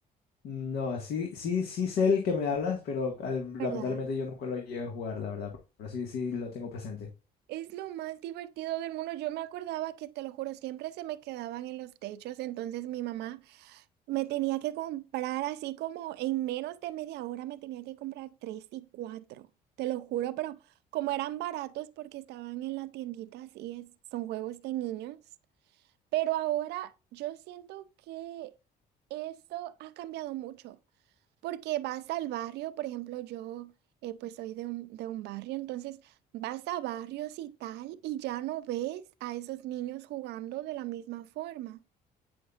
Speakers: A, on the left (about 70°); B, on the right (about 80°).
A: No, sí, sí, sí sé el que me hablas, pero al-
B: ¿Verdad?
A: lamentablemente yo nunca lo llegué a jugar, la verdad. Pero sí, sí lo tengo presente.
B: Es lo más divertido del mundo. Yo me acordaba que, te lo juro, siempre se me quedaban en los techos. Entonces mi mamá Me tenía que comprar así como en menos de media hora me tenía que comprar tres y cuatro, te lo juro, pero como eran baratos porque estaban en la tiendita, así es, son juegos de niños. Pero ahora yo siento que eso ha cambiado mucho, porque vas al barrio, por ejemplo, yo eh, pues soy de un, de un barrio, entonces vas a barrios y tal y ya no ves a esos niños jugando de la misma forma.